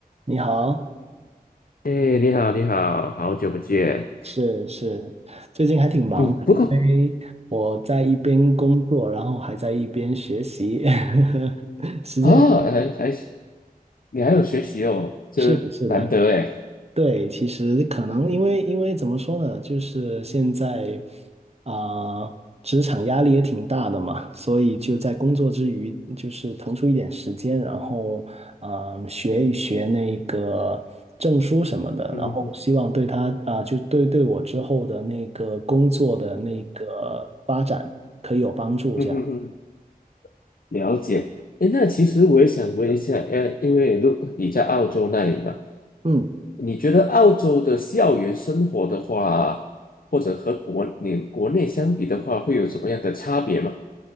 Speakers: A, on the right (about 40°); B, on the left (about 65°).
A: 你好，
B: 哎，你好，你好，好久不见。
A: 是是，最近还挺忙的，
B: 嗯，不过
A: 因为我在一边工作，然后还在一边学习，<laughs> 时间
B: 啊，还还你还有学习哦，这难得哎。
A: 是的，是的，对，其实可能因为因为怎么说呢，就是现在啊、呃职场压力也挺大的嘛，所以就在工作之余，就是腾出一点时间，然后啊、呃学一学那个证书什么的，
B: 嗯哼哼，
A: 然后希望对他啊、就对对我之后的那个工作的那个发展可以有帮助，
B: 嗯哼哼，
A: 这样。
B: 了解。哎，那其实我也想问一下，呃，因为如你在澳洲那里嘛，
A: 嗯，
B: 你觉得澳洲的校园生活的话，或者和国你国内相比的话，会有什么样的差别吗？